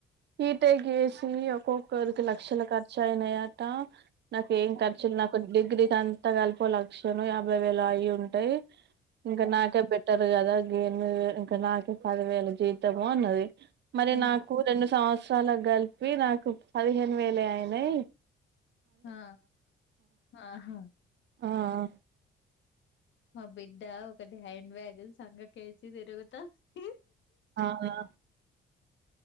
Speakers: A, on the right (about 60°); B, on the left (about 70°).
A: హీట గేసి ఒకక్క ఒక్కోలకి లక్షల ఖర్చు అయినాయి అట నాకేం ఖర్చులు నా కొం డిగ్రీ ఇది అంత కలిపి ఓ లక్షనో, యాభై వేలో అయి ఉంటాయి. ఇంకా
B: ఉమ్.
A: నాకే బెటర్ కదా గివి ఎనిమిది వేలు ఇంకా నాకె పదివేల జీతం. మో అన్నది మరి
B: ఆ,
A: నాకు రెండు సంసవ్ అలా కలిపి నాకు పదిహేను వేలే అయినై.
B: ఆ ఆహా
A: ఆ ఆ
B: మా బిడ్డ పెద్ద హ్యాండ్ బ్యాగులు సంక కేసి తిరుగుత ఉంది.
A: ఆ అవునా